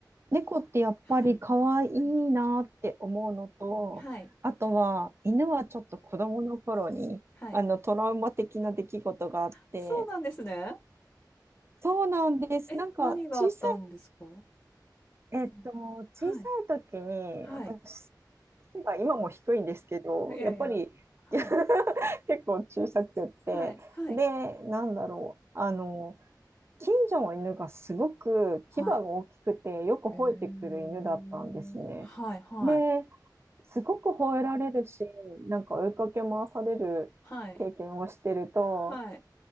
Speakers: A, on the right; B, on the left.
A: 猫ってやっぱり可愛いなって思うのと、
B: はい。うんうんはい。
A: あとは犬はちょっと子供の頃にあのトラウマ的な出来事があって、
B: はい。そうなんですね。
A: そうなんです。
B: え、
A: なんか小さ
B: 何があったんですか
A: い、
B: うん。
A: えっと、小さい時に私、
B: はい。はい。
A: 背が今も低いんですけど、
B: いやいや。
A: やっぱり
B: はい。
A: <laughs> 結構小さくって、
B: はい。はい。
A: で、なんだろう、あの、近所の犬がすごく牙が大きくてよく吠えてくる犬だったんですね。
B: はい。へえ。はい。はい。
A: で、すごく吠えられるし、なんか追いかけ回される経験をしてると、
B: はい。はい。